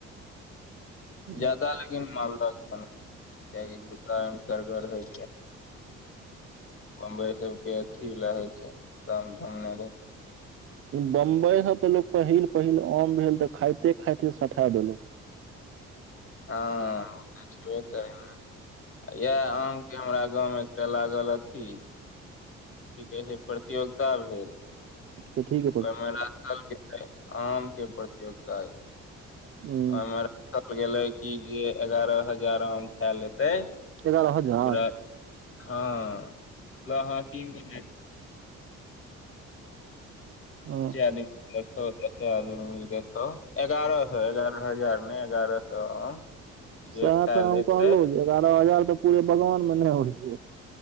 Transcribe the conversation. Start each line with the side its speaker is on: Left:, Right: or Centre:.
Right: ने
Left: जादा लेकिन मालदक बनै छै कियाकि गदरगर हय बंबई सबके अथी वला होे छै काम धाम नहि रहाइ <unintelligible>
Right: बंबई सब तऽ लोक पहिल पहिल आम भेल तऽ खाते खाइते सटा देलक
Left: हँ छबे कर इएह आमके हमरा गाँव मै लागल अथी की कहै छै प्रतियोगिता भेल
Right: त ठीक
Left: ओहिमे राश के आम के प्रतियोगिता ह
Right: हूं,
Left: ओहिमे राखल गेलै कि जे एगारह हजार आम खाय लेतै
Right: एगारह हजार
Left: ओकरा हँ <unintelligible> पाँचे
Right: हँ
Left: आदमी देखौ दशे आदमी देख छ एगारह छ एगारह <unintelligible> दस हजार नहि एगारह सए आम
Right: से
Left: जे
Right: है
Left: खा
Right: तऽ
Left: लेतै
Right: हम कहलौ जे एगारह हजार तऽ पूरे बगान मे नहि होइ छै